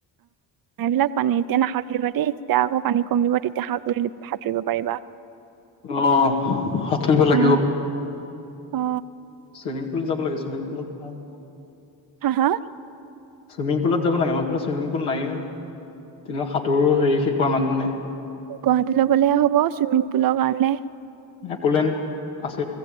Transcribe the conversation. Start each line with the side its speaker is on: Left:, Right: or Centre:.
Right: <unintelligible> পানী এতিয়া নাসাঁতুৰিবা দেই যেতিয়া আকৌ পানী কমিব তেতিয়া সাঁতুৰি সাঁতুৰিব পাৰিবা।
Left: অহ সাতুৰিব লাগিব।
Right: অ অ
Left: চুইমিং পুল যাব লাগে চুইমিং পুলত ভাল।
Right: হা
Left: চুইমিং পুলত যাব লাগে আমাৰ ফালে চুইমিং পুল নাই তেনেকুৱা সাঁতোৰ হেৰি শিকোৱা মানুহো নাই
Right: গুৱাহাটী লবলে হ'ব চুইমিং পুলৰ কাৰণে
Left: একোলেন আছে